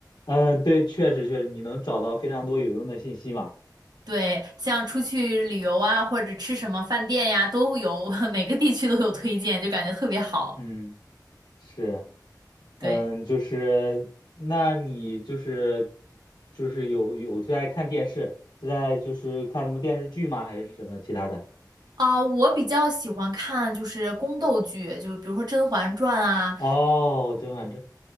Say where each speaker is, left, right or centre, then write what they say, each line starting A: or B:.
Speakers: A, on the left; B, on the right.
A: 嗯，对，确实确实，你能找到非常多有用的信息嘛。
B: 对，像出去旅游啊，或者吃什么饭店呀，都有，<laughs> 每个地区都有推荐，就感觉特别好。
A: 嗯，是，
B: 对，
A: 嗯，就是，那你就是，就是有有最爱看电视，是在就是看什么电视剧吗？还是什么其他的？
B: 啊、我比较喜欢看就是宫斗剧，就比如说《甄嬛传》啊，
A: 哦，甄嬛传，